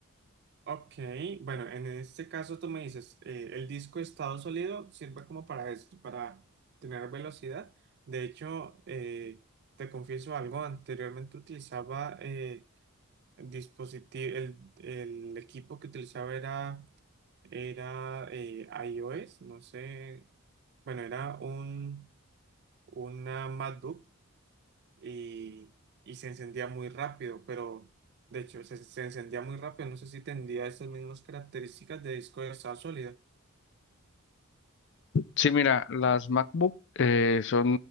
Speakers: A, on the right; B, on the left.
A: Ok, bueno, en este caso tú me dices, eh, el disco estado sólido sirve como para esto, para tener velocidad. De hecho, eh, te confieso algo, anteriormente utilizaba... eh, dispositivo, el, el equipo que utilizaba era, era eh, iOS, no sé, bueno, era un, una MacBook y, y se encendía muy rápido, pero de hecho se, se encendía muy rápido, no sé si tendría esas mismas características de disco de estado sólido,
B: Sí, mira, las MacBook eh, son